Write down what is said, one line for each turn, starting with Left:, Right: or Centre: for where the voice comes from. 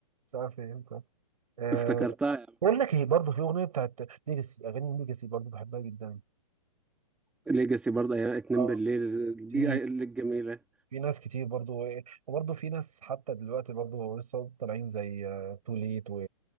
Right: مش عارف ايه انت آه
Centre: افتكرتها يا عم
Right: بقول لك ايه برضه في اغنيه بتاعت ليجاسي اغاني ليجاسي برضه بحبها جدا
Centre: ليجاسي برضه ايام اتنين
Right: اه
Centre: بالليل الج-
Right: في
Centre: الجميله
Right: في ناس كتير برضه إيه، وبرضه في ناس حتى دلوقتي برضه لسه طالعين زي آه، توليت و